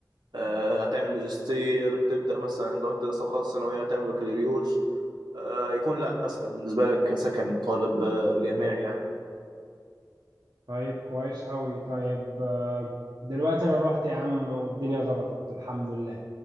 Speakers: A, on the right; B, on the right.
A: آه، هتعمل ماجستير تبدأ مثلا لو انت لسه مخلص ثانوية هتعمل بكالوريوس آه، يكون لا اسهل بالنسبة لك كسكن طالب آه، جامعي يعني
B: طيب كويس أوي طيب آه، دلوقتي أنا روحت يا عم والدنيا ظبطت الحمد لله